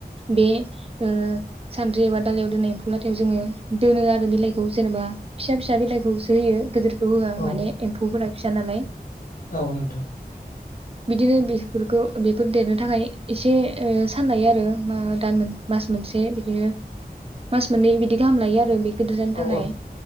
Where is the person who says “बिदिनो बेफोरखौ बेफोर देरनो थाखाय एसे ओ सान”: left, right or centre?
Right